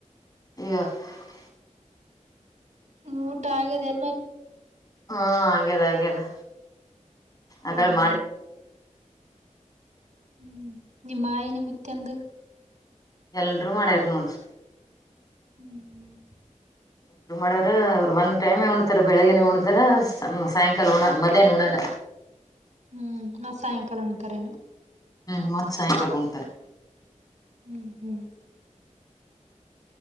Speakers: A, on the left; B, on the right.
A: ಹ <unintelligible>
B: ಊಟ ಆಗದೆ ಎಲ್ಲ
A: ಹಾ ಅಗ್ಯದ್ ಅಗ್ಯದೆ ಆಗಳ್
B: ಹ್ಮ್
A: ಮಾಡ.
B: ಹ್ಮ್ ಹ್ಮ್ ನಿಮ್ಮಯಿ ನಿಮ್ ಮುತ್ಯಂದು.
A: ಎಲ್ರು ಮಾಡ್ಯಾರ ನೋಡ್ರಿ.
B: ಹ್ಮ್ ಹ್ಮ್
A: <unintelligible> ರ ಅವ್ರು ಒಂದ್ ಟೈಮ್ ಉಂಣ್ತರೆ ಬೆಳಿಗ್ಗೆನೆ ಉಂಣತರ ಸಾಯಂಕಾಲ ಉಣ್ ಮಧ್ಯಾಹ್ನ ಉಂಣ್ಣಲ್ಲ.
B: ಹ್ಮ್ ಮತ್ ಸಾಯಂಕಾಲ ಉಂಣ್ತಾರೇನು.
A: ಹ್ಮ್ ಮತ್ತ ಸಾಯಂಕಾಲ ಉಂಣ್ತರೆ.
B: ಹ್ಮ್ ಹ್ಮ್